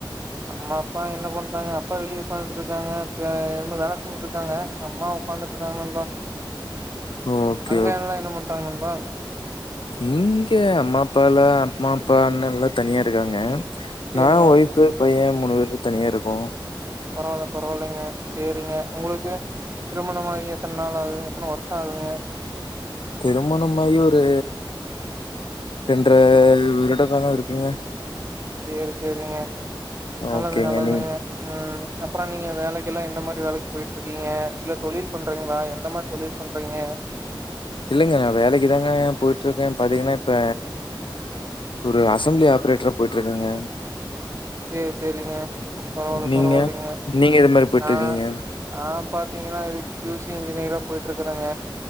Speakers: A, on the right (about 35°); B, on the left (about 80°).
A: அம்மா அப்பா என்ன பண்றாங்க அப்பா வெளிய உக்காந்துட்ருக்காங்க இப்ப என்னமோ வேல செஞ்சிட்ருக்காங்க அம்மா உக்காந்துட்டு இருக்காங்க நண்பா
B: ஓகே
A: அங்க எல்லா என்ன பண்றாங்க நண்பா
B: இங்கெ அம்மா அப்பாலா அம்மா அப்பா அண்ண எல்லா தனியா இருக்காங்க
A: சேரிங்க
B: நா ஒய்ஃபு பைய மூணு பேரு தனியாருக்கோ
A: பரவால்ல பரவால்லைங்க சேரிங்க உங்களுக்கு திருமணமாகி எத்தன் நாள் ஆவுது எத்தன வர்ஷொ ஆகுதுங்க
B: திருமணம்மாயி ஒரூ ரெண்ட்ர வருட காலொ இருக்குங்க
A: சேரி சரிங்க நல்லது
B: ஓகேங்க.
A: நல்லதாங்க
B: நீ
A: ம்ஹ் அப்ரோ நீங்க வேலைக் எல்லாம் எந்த மாரி வேலைக் போயிட்டு இருக்கீங்க இல்ல தொழில் பண்றீங்களா எந்த மாரி தொழில் பண்றீங்க
B: இல்லிங்க வேலைக்குதாங்க போயிட்டு இருக்க பாத்தீங்கன்னா இப்ப ஒரு அசம்பளி ஆப்ரேட்டரா போயிட்டு இருக்கங்க
A: சேர் சேரிங்க பரவால
B: நீங்க?
A: பரவாலீங்க
B: நீங்க எது மாரி போயிட்டுருக்கீங்க?
A: ஆஹ் ஆஹ் பாத்தீங்கன்னா இது கியூசி இன்ஜினியரா போயிட்டிருக்கறங்க